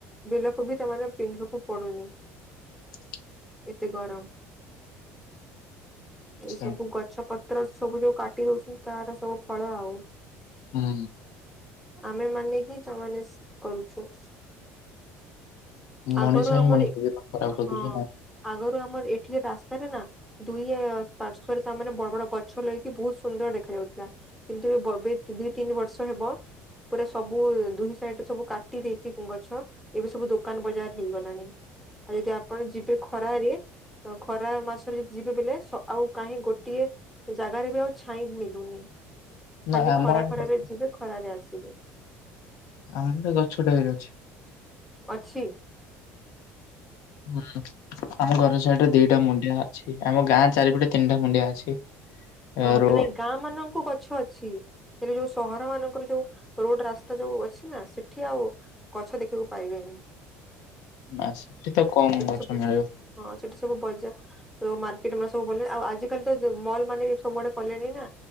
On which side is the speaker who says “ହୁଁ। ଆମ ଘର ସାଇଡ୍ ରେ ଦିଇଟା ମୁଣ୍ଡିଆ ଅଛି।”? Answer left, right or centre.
Left